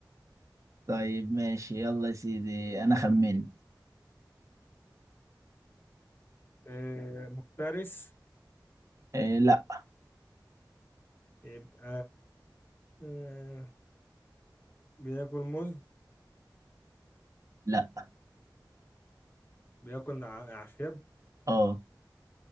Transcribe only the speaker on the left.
آه مفترس
يبقى آه بياكل موز
بياكل ع- أعشاب